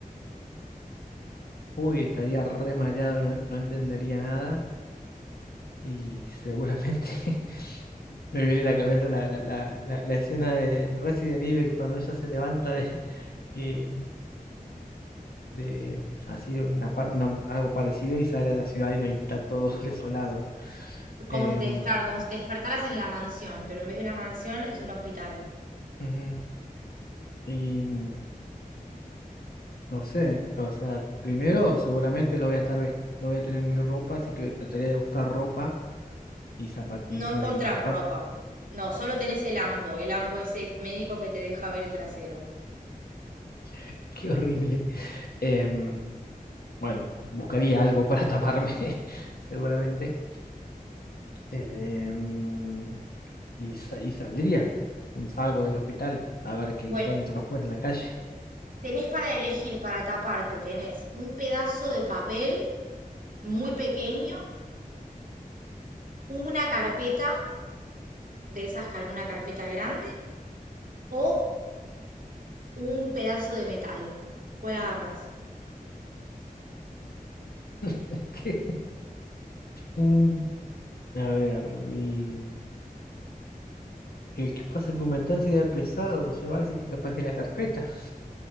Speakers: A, on the left; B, on the right.
A: Uy, estaría re mareado, no no entendería nada. Y seguramente <laughs> me viene a la cabeza la, la- la- la- la escena de Resident Evil cuando ella se levanta de, <laughs> y- de así de una, pa- una- algo parecido y sale a la ciudad y no y está todo <laughs> desolado.
B: como
A: Em,
B: si te, des- claro, como si te despertaras en la mansión, pero en vez de una mansión es un hospital.
A: ujú. Y no sé, o sea, primero seguramente no voy a estar, ves- no voy a tener mi ropa, así que trataría de buscar ropa y zapat
B: No
A: y, za-
B: encontrás
A: y zapatos.
B: ropa. No, solo tenés el ambo, el ambo ese médico que te deja ver el trasero.
A: <laughs> Qué horrible. Em, Bueno, buscaría algo para taparme, <laughs> seguramente. Em, y, sa- y saldría. Salgo del hospital a ver qué
B: Bueno,
A: encuentro afuera en la calle.
B: tenés para elegir, para taparte, tenés un pedazo de papel muy pequeño una carpeta de esas, car- una carpeta grande o un pedazo de metal. ¿Cuál agarras?
A: <laughs> ¿Qué? Mm, A ver, y, y qué pasa que aumentar sería pesado, llevarse que capaz que la carpeta.